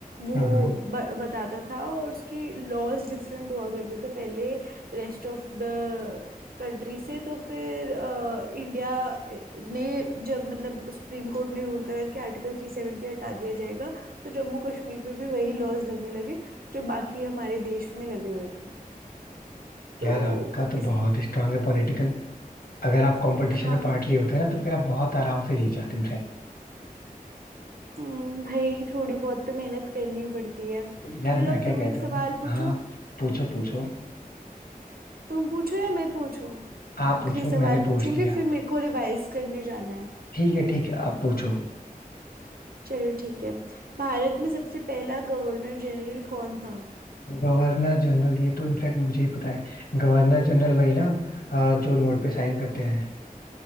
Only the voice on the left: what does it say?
हम्म
यार आपका तो
बहुत स्ट्रांग है पॉलिटिकल अगर आप कंपटीशन
में पार्ट लिए होते ना तो फिर आप बहुत आराम से जीत जाते इनफैक्ट
यार
मैं
क्या
कहता
हूँ ना
हाँ पूछो पूछो
आप
पूछो
मैंने पूछ
लिया
ठीक है ठीक है आप पूछो
गवर्नर जनरल ये तो इनफैक्ट मुझे ही पता है गवर्नर जनरल वही ना अ, जो नोट पे साइन करते हैं